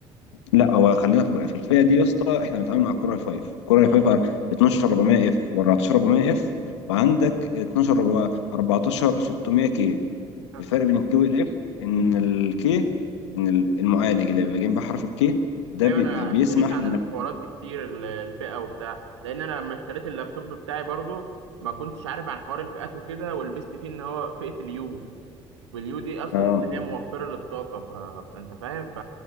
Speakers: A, on the left; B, on the right.
A: لا هو خلينا في في الفئه دي يا اسطى احنا بنتعامل مع الكوره هاي فايف الكوره
B: مم.
A: هاي فايف على 12 400 اف و14 400 اف وعندك 12 4- 14 600 كي
B: آه.
A: الفرق بين الكي والاف ان الكي ان ال- المعالج اللي بيبقى جنب حرف الكي ده
B: ايوه
A: بيبقى
B: انا
A: بيسمح
B: قريت عن
A: انك
B: الحوارات دي كتير ال- الفئه وبتاع لان انا لما اشتريت اللابتوب بتاعي برضو ما كنتش عارف عن حوار الفئات وكده ولبست فيه ان هو فئه اليو واليو دي اصلا
A: اه
B: اللي هي موفره للطاقه ف- فانت فاهم ف